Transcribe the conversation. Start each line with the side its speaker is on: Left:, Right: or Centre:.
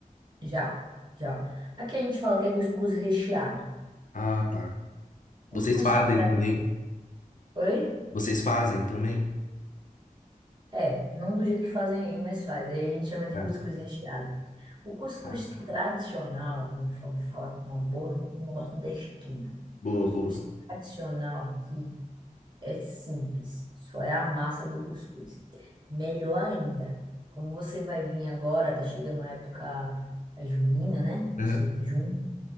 Right: Já, já. Aqui a gente fala que é cuscuz recheado.
Left: Ah, tá.
Right: Cuscuz
Left: Vocês fazem
Right: tra...
Left: também?
Right: Oi?
Left: Vocês fazem também?
Right: É, não do jeito que fazem aí, mas faz. Aí a gente chama de
Left: Tá,
Right: cuscuz recheado. O cuscuz
Left: tá.
Right: tradicional, vamos fa- falar com uma boa no- nordestina.
Left: Boa,
Right: O cuscuz
Left: boa.
Right: tradicional aqui é simples, só é a massa do cuscuz. Melhor ainda, como você vai vir agora, tá chegando a época é, junina, né?
Left: Aham,
Right: Isso de Junho.